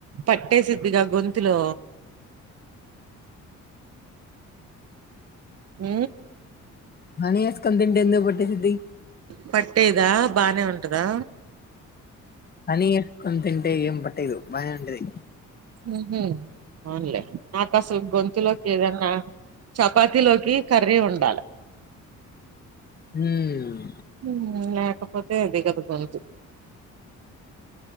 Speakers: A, on the right (about 55°); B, on the left (about 30°).
A: పట్టేసిద్దిగా గొంతులో ఊ
B: హనీ ఏస్కొని తింటె ఎందుకు పట్టేసిద్ది
A: పట్టేదా బానే ఉంటదా?
B: హానీ ఏస్కొని తింటే ఏం పట్టేదు బానె ఉంటది
A: ఉహు పోన్లే నాకు అసలు గొంతులోకి ఏదన్నా చపాతిలోకి కర్రీ ఉండాల
B: ఉమ్
A: హుమ్య ఒకపోతే దిగదు గొంతు